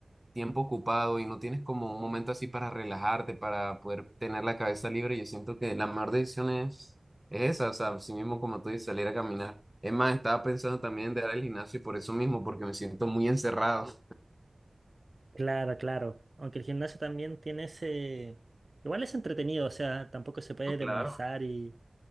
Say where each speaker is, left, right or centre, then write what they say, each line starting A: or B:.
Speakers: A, in the centre; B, on the right.
A: tiempo ocupado y no tienes como un momento así para relajarte, para poder tener la cabeza libre, yo siento que la mejor decisión es, es esa, o sea, así mismo como tú dices, salir a caminar. Es más, estaba pensando también en dejar el gimnasio por eso mismo, porque me siento muy encerrado.
B: Claro, claro. Aunque el gimnasio también tiene ese... Igual es entretenido, o sea, tampoco se puede
A: No, Claro.
B: demonizar y...